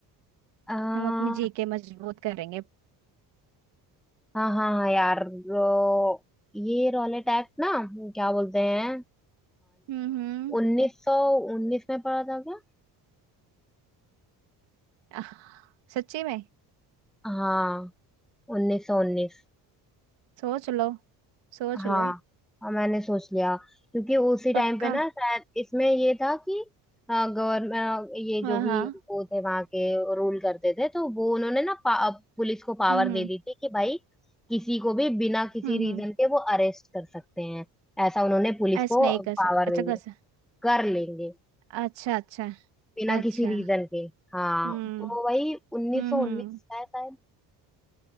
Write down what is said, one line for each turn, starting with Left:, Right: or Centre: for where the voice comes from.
Centre: हम्म।
Right: हम अपनी जीके मजबूत करेंगे
Centre: हाँ हाँ हाँ, यार रो, ये रॉल अटैक ना क्या बोलते हैं
Right: हम्म
Centre: उन्नीस सौ उन्नीस में पड़ा था क्या
Right: <laughs> आह, सच्ची में
Centre: हाँ उन्नीस सौ उन्नीस
Right: सोच लो सोच
Centre: हाँ
Right: लो
Centre: हाँ, मैंने सोच लिया क्योंकि उसी टाइम
Right: पक्का
Centre: पे ना शायद इसमें ये था कि गवर्नमेंट ये
Right: हाँ
Centre: जो भी
Right: हाँ
Centre: वो थे वहां के रूल करते थे तो वो उन्होंने ना पा, पुलिस को पावर
Right: हम्म
Centre: दे
Right: हम्म
Centre: दी थी कि भाई किसी को भी बिना किसी
Right: हम्म
Centre: रीजन
Right: हम्म,
Centre: के वो अरेस्ट कर सकते हैं ऐसा उन्होंने पुलिस
Right: ऐसे
Centre: को
Right: नहीं कर
Centre: पावर
Right: सकते अच्छा
Centre: दे
Right: कर
Centre: दी
Right: सकते
Centre: कर लेंगे
Right: अच्छा अच्छा
Centre: बिना
Right: अच्छा
Centre: किसी रीजन के हाँ
Right: हम्म
Centre: तो वही उन्नीस
Right: हम्म
Centre: सौ
Right: हम्म
Centre: उन्नीस है शायद